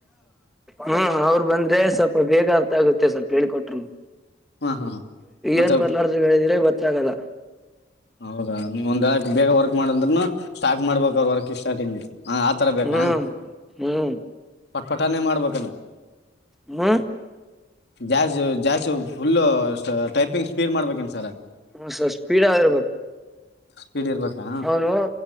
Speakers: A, in the centre; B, on the left (about 60°).
A: ಹ್ಮ ಅವರು ಬಂದ್ರೆ ಸ್ವಲ್ಪ ಬೇಗ ಅರ್ಥ ಆಗುತ್ತೆ ಸ್ವಲ್ಪ ಹೇಳಿಕೊಟ್ರು
B: ಹಾ ಹಾ ಮತ್ತೆ
A: ಏನ್ ಬರ್ಲಾರ ಹೇಳಿದ್ರೆ ಗೊತ್ತಾಗಲ್ಲ
B: ಹೌದಾ ನೀವ್ ಒಂದ್ ಎಕ್ ಬೇಗ ವರ್ಕ್ ಮಾಡಂದ್ನು ಸ್ಟಾರ್ಟ್ ಮಾಡ್ಬೇಕ ಅವರು ವರ್ಕ್ ಸ್ಟಾರ್ಟಿಂಗ್ಗೆ ಹಾ ಆತರ ಬೇಕಾ
A: ಹ್ಮ್ ಹ್ಮ್
B: ಪಟ್ ಪಟಾನೇ ಮಾಡ್ಬೇಕಾನ
A: ಹ್ಮ
B: ಜಾಸ್ತಿ ಜಾಸ್ತಿ ಫುಲ್ಲು ಟೈಪಿಂಗ್ ಸ್ಪೀಡ್ ಮಾಡ್ಬೇಕೇನ್ ಸರ್
A: ಹ್ಮ ಸಸ್ ಸ್ಪೀಡ್ ಆಗಿರ್ಬೇಕು
B: ಸ್ಪೀಡ್ ಇರ್ಬೇಕಾ
A: ಅವನು